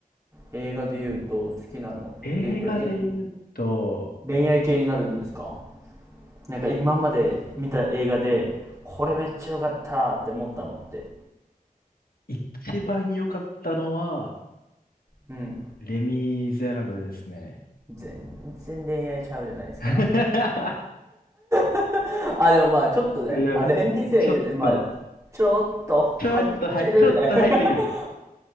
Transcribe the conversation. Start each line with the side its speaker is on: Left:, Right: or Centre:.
Right: 映画で言うと、好きなので言うと、
Left: 映画で言うと、
Right: れ恋愛系になるんですかなんか今まで見た映画で、これめっちゃ良かったって思ったのって。
Left: 一番良かったのは、
Right: うん。
Left: レ・ミゼラブルですね。
Right: 全然恋愛ちゃうじゃないですか。
Left: <laughs>
Right: <laughs> あ、でもまあ、ちょっとね、
Left: いや、
Right: あれ見て、
Left: ちょっと、
Right: いやねまあ、ちょっと恥じってるぐらい
Left: ちょっと、はい、ちょっと入ってくる。
Right: <laughs>